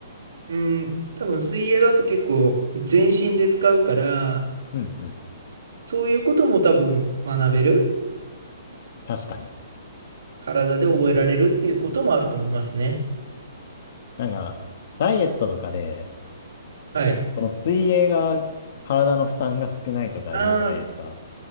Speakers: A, on the right; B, on the left.
A: うん、多分水泳だと結構全身で使うから、
B: うんうん。
A: そういうことも多分学べる、
B: 確かに。
A: 体で覚えられるっていうこともあると思いますね。
B: なんか、ダイエットとかで、
A: はい。
B: この水泳が体の負担が少ないとか言うじゃないですか。
A: ああ、
B: だか